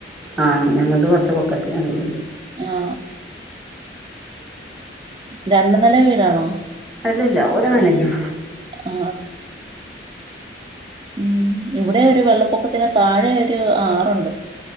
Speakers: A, in the centre; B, on the right.
A: ആ ഞങ്ങളുടെ കൊറച്ച് പൊക്കത്തിനാണ് വീട്
B: ആ ആ രണ്ടു നില വീടാണോ
A: അല്ലല്ല ഒരുനെല
B: അതെ.
A: തന്നെ
B: ആ ഉം ഇവിടെ ഒരു വെള്ളപ്പൊക്കത്തിന് താഴെ ഒരു ആറുണ്ട്